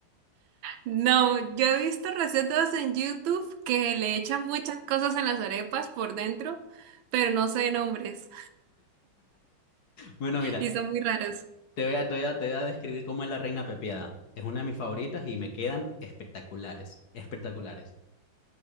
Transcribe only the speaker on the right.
No, yo he visto recetas en YouTube que le echan muchas cosas en las arepas por dentro, pero no sé nombres.
Y son muy raros.